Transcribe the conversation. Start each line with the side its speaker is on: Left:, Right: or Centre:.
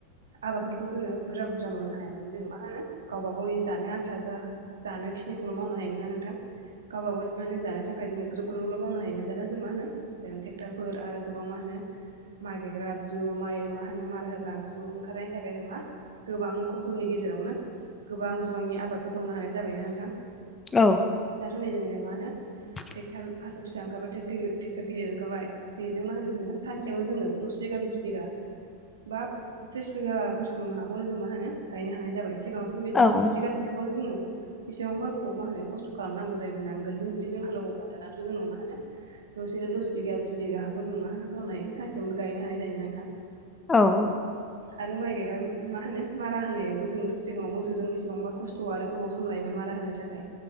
Right: आ बाफोर खो जोङो बुरजा बुरजा मावनो हायामोन जोङो मा होनो गावबा गावनि जानो आन्था जानो खिनिखौल' मावनो हायो हायोना नोंथां गावबा गावनि माने जानो थाखाय थाखाय जोङो ग्रोब ग्रोबल' मावनो हायोमोन दाना जों मा होनो ट्रेक्टरफोर आरो गोबां मा होनो माइ गायग्रा आगजु माइ मा होनो मार होग्रा आगजु ओंखारनायनि थाखाय खाय जोंना गोबां खम समनि गेजेरावनो गोबां बिबांनि आबादफोर मावनो हानाय जाबायना नोंथां
Left: औ
Right: दाथ' नै जोङो मा होनो
Left: <inaudible>
Right: ट्रेक्टार फास फिसा ओंखारबा टेक्टो टेक्टार गिदिर ओंखारबाय बेजों मा होनोङो सानसेयावनो जोङो दस बिघा बिस बिगा बा थिस बिघा हरसिम हाखौनो जों मा होन गायनो हानाय जाबाय सिगाङावथ' बेबायदि हायामोन
Left: औ
Right: बिगासे हाखौनो जोङो बेसेबांबा गोबाव मा होनो खस्थ' खालामनांगौ जायोमोन नांगोलजों जुदि जों हालेवबा दानाथ' जोङो मा होनो दसेनो दस बिगा बिस बिगा हाखौ जों मा खालामनो हायो सानसेयावनो गायनो हानाय जायोना नोंथां
Left: औ
Right: आरो माय गाय गोन मा होनो मारा होनायावबो जोंथ' सिगाङाव मोस जों बेसेबांबा खस्थ' आरो गोबाव सम लायोमोन मारा होनो थाखाय